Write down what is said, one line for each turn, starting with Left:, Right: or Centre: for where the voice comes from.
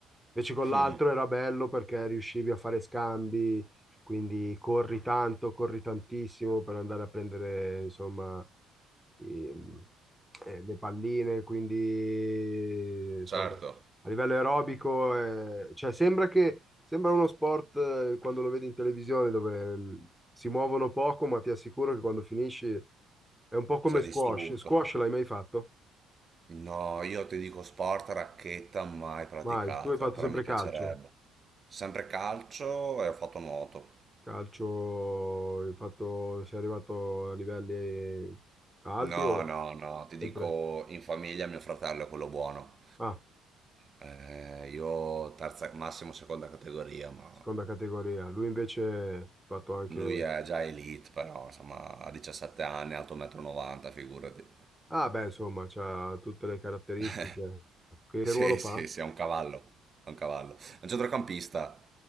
Centre: invece con l'altro
Right: <laughs>
Centre: era bello perché riuscivi a fare scambi, quindi corri tanto, corri tantissimo per andare a prendere, insomma, i- eh, le palline, quindi, insomma,
Right: Certo,
Centre: a livello aerobico, eh, cioè sembra che sembra uno sport eh, quando lo vedi in televisione dove mh, si muovono poco, ma ti assicuro che quando finisci è un po' come
Right: sei
Centre: squash.
Right: distrutto.
Centre: Squash l'hai mai fatto?
Right: No, io ti dico sport, racchetta mai praticato,
Centre: Mai. Tu hai fatto
Right: però
Centre: sempre
Right: mi piacerebbe.
Centre: calcio.
Right: Sempre calcio e ho fatto nuoto.
Centre: Calcio, hai fatto, sei arrivato a livelli alti
Right: No,
Centre: o
Right: no, no, ti
Centre: sempre?
Right: dico in famiglia mio fratello è quello buono.
Centre: Ah,
Right: Eh, io terza, massimo seconda categoria, ma
Centre: seconda categoria. Lui invece ha fatto anche...
Right: lui è già elite, però insomma ha 17 anni, alto 1,90 m, figurati.
Centre: Ah, beh, insomma, ha tutte le caratteristiche.
Right: <laughs> Eh,
Centre: Che,
Right: Sì,
Centre: che ruolo fa?
Right: sì, sì, è un cavallo, è un cavallo. È un centrocampista.